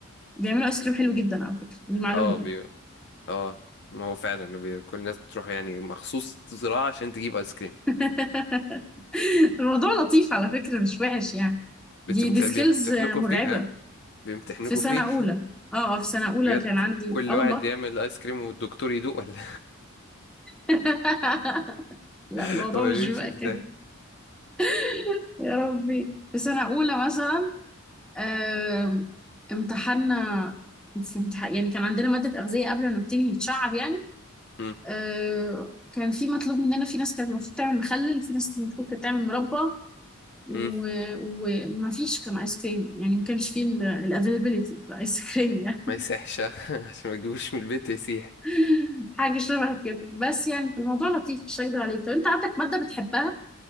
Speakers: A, in the centre; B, on the left.
A: بيعملوا ايس كريم حلو جدا على فكره دي معلومه
B: اه
A: يعني
B: اه ما هو فعلا بي- كل الناس بتروح يعني مخصوص زراعة عشان تجيب ايس كريم
A: <laughs> الموضوع لطيف على فكره مش وحش يعني
B: بتمت-
A: دي دي سكيلز
B: بيمتحنوكوا
A: مرعبة
B: فيه ها بيمتحنوكوا
A: في سنة
B: فيه <laughs>
A: أولى اه آه، في سنة أولى
B: بجد
A: كان عندي
B: كل
A: اه والله
B: واحد يعمل ايس كريم والدكتور يدوق ولا
A: <laughs> لا
B: <laughs>
A: الموضوع
B: هو بيمشي
A: مش بيبقى
B: ازاي
A: كده <laughs> يا ربي في سنة أولى مثلا آم، امتحنا في امتحان يعني كان عندنا مادة أغذية قبل ما نبتدي نتشعب يعني
B: مم.
A: آه، كان في مطلوب مننا في ناس كانت المفروض تعمل مخلل في ناس المفروض كانت تعمل مربى و-
B: مم.
A: وما فيش كان ايس كريم يعني ما كانش فيه الافيلابيلتي الايس كريم يعني
B: ما يسيحش <laughs> ها؟ عشان ما تجيبوش من البيت يسيح
A: <laughs> حاجة شبه كده بس يعني في الموضوع لطيف مش هكدب عليك طب انت عندك مادة بتحبها